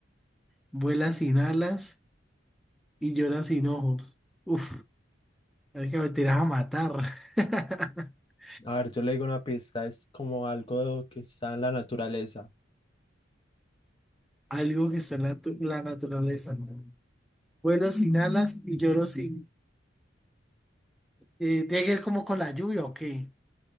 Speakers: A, in the centre; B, on the left.
A: Vuela sin alas y llora sin ojos. Uf, hay que meter a matar. <laughs>
B: A ver, yo le digo una pista, es como algo que está en la naturaleza.
A: Algo que está en la, tu- la naturaleza. ¿no? Vuelo sin alas y lloro sin. Eh, tiene que ver como con la lluvia, ¿o qué?